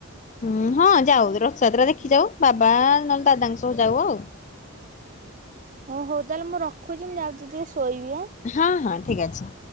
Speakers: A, on the left; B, on the right.
A: ହୁଁ ହଁ ଯାଉ ରଥଯାତ୍ରା ଦେଖି ଯାଉ ବାବା ନହେଲେ ଦାଦାଙ୍କ ସହ ଯାଉ ଆଉ।
B: ହଉ ହଉ ତାହେଲେ ମୁଁ ରଖୁଛି ମୁଁ ଯାଉଛିି ଟିକେ ଶୋଇବି ଆଁ।
A: ହଁ ହଁ ଠିକ୍ ଅଛି।